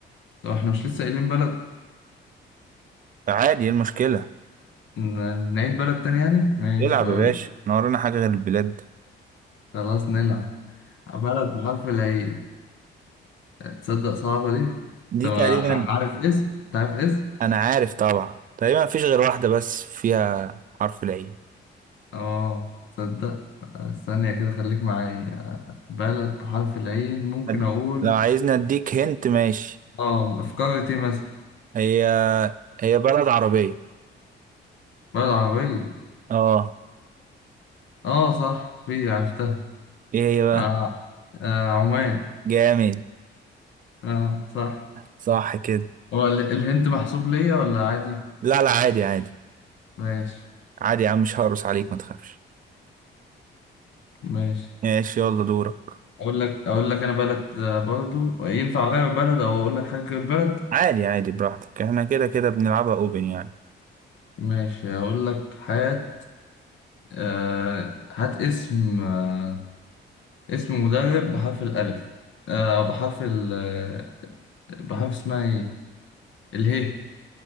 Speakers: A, on the left; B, on the right.
A: طب احنا مش لسه قايلين بلد
B: عادي ايه المشكلة
A: ن- نعيد بلد تاني يعني ماشي
B: العب
A: أقول
B: يا باشا انا ورانا حاجة غير البلاد
A: خلاص نلعب بلد بحرف العين تصدق صعبة دي
B: دي
A: طب ع-
B: تقريبا
A: عارف اسم انت عارف اسم
B: انا عارف طبعا تقريبا مفيش غير واحدة بس فيها حرف العين
A: اه تصدق استنى كده خليك معايا بلد بحرف العين ممكن
B: أد-
A: اقول
B: لو عايزني اديك هنت ماشي
A: اه في قارة ايه مثلا
B: هي هي بلد عربية
A: بلد عربية
B: اه
A: اه صح في عرفتها
B: ايه هي بقى
A: آه. آه عمان
B: جامد
A: اه صح
B: صح كده
A: هو ال- الهند محسوب ليا ولا عادي
B: لا لا عادي عادي
A: ماشي
B: عادي يا عم مش هقرص عليك ما تخافش
A: ماشي
B: ماشي يلا دورك
A: اقول لك اقول لك انا بلد آه، برضو ينفع غير بلد او اقول لك حاجة غير بلد
B: عادي عادي براحتك احنا كده كده بنلعبها اوبن يعني
A: ماشي اقول لك حاجة آه هات اسم آه اسم مدرب بحرف الألف آه، أو بحرف ال آه، بحرف اسمها إيه؟ اله